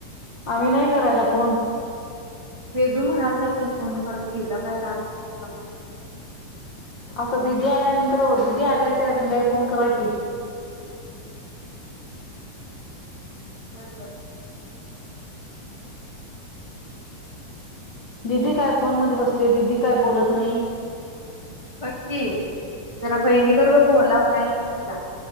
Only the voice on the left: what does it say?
आम्ही नाही करायला फोन.
आता दिदी आल्यानंतर दीदी आल्या त्या संध्याकाळी फोन करा कि.
दिदी काय फोन मध्ये बसलीये, दिदी काय बोलत नाही.